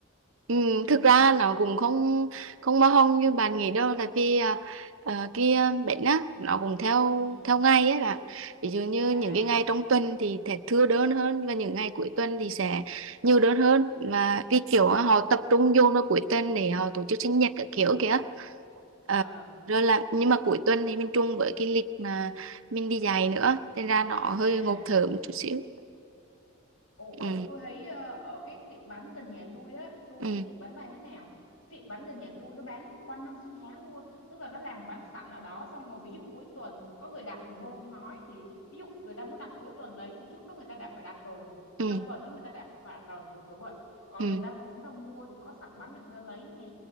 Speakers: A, on the right (about 70°); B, on the left (about 85°).
A: Ừ,
B: ừ
A: thực ra nó cũng không không bao hông như bạn nghĩ đâu tại vì à, ờ, cái à, bệnh á nó cũng theo
B: ừ
A: theo ngày ấy bạn ví dụ như
B: à
A: những cái ngày trong tuần thì sẽ thưa đơn hơn và những ngày cuối tuần thì sẽ nhiều đơn hơn và vì kiểu
B: ừ
A: á, họ tập trung vô vào cuối tuần để họ tổ chức sinh nhật các kiểu kìa
B: à
A: Ờ, rồi là nhưng mà cuối tuần thì mình chung với cái lịch mà mình đi dạy nữa nên ra nó hơi
B: à
A: ngộp thở một chút xíu
B: Ủa,
A: ừ
B: tôi thấy ờ, ở cái tiệm bánh gần nhà tôi á, tôi không
A: ừ
B: biết tiệm bánh bán thế nào. Cái tiệm bánh gần nhà tôi nó bán quanh năm suốt tháng luôn. Tức là nó làm bán sẵn ở đó xong rồi ví dụ cuối tuần có người đặt thì thôi không nói thì ví dụ người ta muốn đặt cuối tuần lấy thì trước đó người ta đã phải đặt rồi.
A: ừ
B: Trong tuần đó người ta đã phải, phải đặt rồi kiểu kiểu vậy. Còn
A: ừ
B: người ta mà muốn ra mua thì có sẵn bánh để người ta lấy nè.